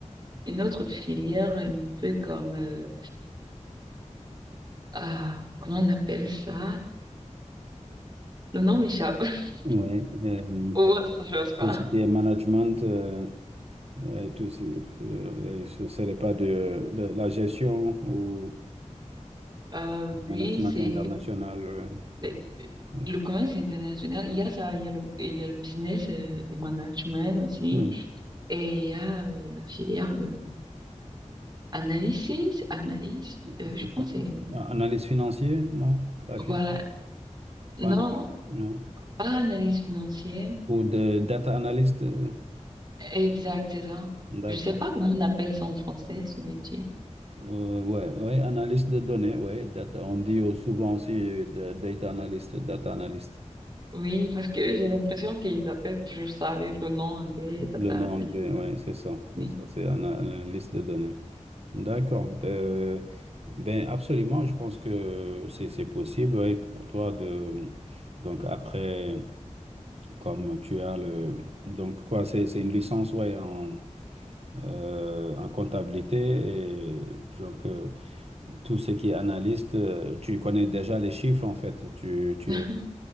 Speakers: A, on the right (about 35°); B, on the right (about 55°).
A: une autre filière un peu comme, euh, ah, comment on appelle ça? Le nom m'échappe. <laughs>
B: Oui, euh,
A: Ou autre chose, quoi.
B: tout ce qui est management euh, et tout, ce euh, et ce serait pas de, de la gestion ou
A: Euh, oui,
B: management
A: c'est
B: international. euh,
A: le,
B: euh,
A: le commerce international. Il y a ça, il y a le, il y a le business euh, et management aussi.
B: oui.
A: Et il y a euh, la filière de analysis, analyse, euh,
B: F-
A: je pense. que c'est-
B: Analyse financier, non? La
A: Voilà.
B: finance,
A: Non,
B: pas- non?
A: pas analyse financière.
B: Ou de data analyst, euh,
A: Exact, c'est ça.
B: d'accord.
A: Je sais pas comment on appelle ça en français, ce métier.
B: Euh, ouais, ouais, analyste de données, ouais, data. On dit euh, souvent aussi euh, da- data analyst, data analyst.
A: Oui, parce que j'ai l'impression qu'ils appellent toujours ça avec le nom anglais, data
B: Le nom
A: analyst.
B: anglais, ouais, c'est ça,
A: Mais,
B: c'est ça, c'est un analyste de données. D'accord. Euh, ben absolument, je pense que c'est c'est possible, ouais, pour toi de donc après comme tu as le donc quoi, c'est c'est une licence ouais en euh, en comptabilité et donc euh, tout ce qui est analyste, euh, tu connais déjà les chiffres en fait, tu tu
A: <laughs>
B: es